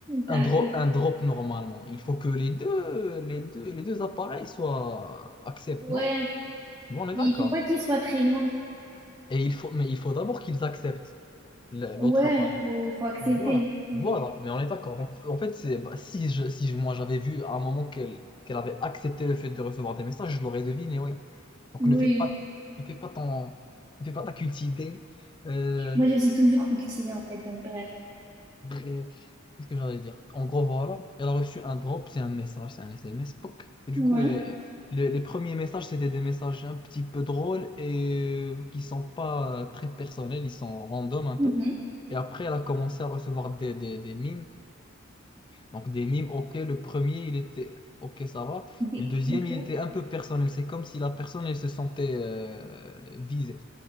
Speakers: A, on the left; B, on the right.
A: Un
B: D'accord.
A: drop, un drop normalement. Il faut que les deux, les deux, les deux appareils soient acceptent,
B: Ouais,
A: non? Bon, on est
B: il
A: d'accord.
B: faut pas qu'il soit très loin.
A: Et il faut, mais il faut d'abord qu'ils acceptent le- l'autre
B: Ouais,
A: appareil.
B: faut, faut accepter.
A: Voilà,
B: Oui.
A: voilà, mais on est d'accord. Donc, en fait, c'est, bah, si je, si je- moi j'avais vu à un moment qu'elle qu'elle avait accepté le fait de recevoir des messages, je l'aurais deviné, oui. Donc,
B: Oui.
A: ne fais pas, ne fais pas ton, ne fais pas ta cultivée. Euh,
B: Moi, je me suis toujours cultivée, en fait, donc bref.
A: et- qu'est-ce que j'allais dire? En gros, voilà, elle a reçu un drop, c'est un message, c'est un SMS, poc. Et du
B: Ouais.
A: coup, euh, les, les premiers messages, c'était des messages un petit peu drôles et euh, qui sont pas euh, très personnels, ils sont random un peu.
B: Mhm.
A: Et après, elle a commencé à recevoir des, des, des mimes Donc des mimes, ok, le premier, il était, ok, ça va.
B: Des-
A: Et le deuxième,
B: Ok.
A: il était un peu personnel. C'est comme si la personne, elle se sentait euh, visée.